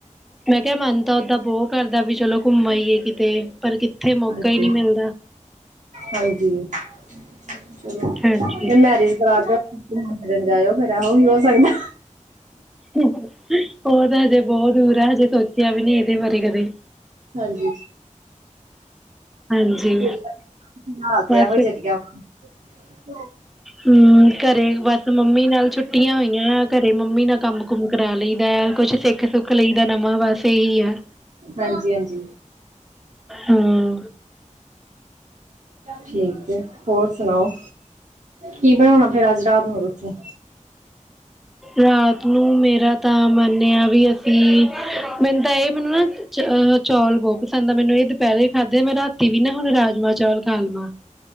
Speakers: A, in the centre; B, on the right (about 65°).
A: ਮੈਂ। ਮਨ ਤਾਂ ਓਦਾਂ ਬਹੁਤ ਕਰਦਾ ਵੀ ਚਲੋ ਘੁੰਮ ਆ ਹੀਈਏ ਕਿਤੇ ਪਰ ਕਿੱਥੇ ਮੌਕਾ
B: ਹਾਂਜੀ
A: ਹੀ ਨਹੀਂ ਮਿਲਦਾ।
B: ਹਾਂਜੀ ਚੋਲ
A: ਹਾਂਜੀ
B: ਇਹ ਮੈਰਿਜ ਕਰਾ ਕੇ। ਨ ਜਾਇਓ ਫੇਿਰ ਇਹੋ ਹੀ ਹੋ ਸਕਦਾ।
A: ਉਹ ਤਾਂ, ਹਜੇ ਬਹੁਤ ਦੂਰ ਆ ਹਜੇ, ਸੋਚਿਆ ਵੀ ਨਹੀਂ, ਇਹਦੇ ਬਾਰੇ ਕਦੇ।
B: ਹਾਂਜੀ,
A: ਹਾਂਜੀ
B: ਫਿਲਹਾਲ ਤੇ
A: ਬਸ
B: ਇਹੋ ਜਰੀਆ ਵਾ। <unintelligible>
A: ਹਮ, ਘਰੇ ਬਸ, ਮੰਮੀ ਨਾਲ ਛੁੱਟੀਆਂ ਹੋਈਆਂ, ਘਰੇ ਮੰਮੀ ਨਾਲ ਕੰਮ- ਕੁੰਮ ਕਰਾ ਲਈਦਾ ਕੁਛ ਸਿੱਖ ਤੇ ਸੁੱਖ ਲਈ ਦਾ, ਨਵਾਂ ਬਸ ਇਹੀ ਆ।
B: ਹਾਂਜੀ -ਹਾਂਜੀ।
A: ਹਮਮ।
B: ਠੀਕ ਹੈ, ਹੋਰ ਸੁਣਾਓ, ਕੀ ਬਣਾਉਣਾ? ਫੇਰ, ਅੱਜ ਰਾਤ ਨੂੰ, ਉੱਥੇ।
A: ਰਾਤ ਨੂੰ, ਮੇਰਾ ਤਾਂ ਮੰਨਿਆ ਵੀ, ਅਸੀਂ ਮੈਨੂੰ ਤਾਂ ਇਹ ਮੈਨੂੰ ਨਾ ਚੌਲ ਬਹੁਤ ਪਸੰਦ ਆ, ਮੈਂਨੂੰ ਇਹ ਦੁਪਹਿਰੇ ਖਾਧੇ, ਮੈਂ ਰਾਤੀ ਵੀ ਨਾ, ਹੁਣ ਰਾਜਮਾਂ ਚੌਲ ਖਾ ਲਵਾਂ।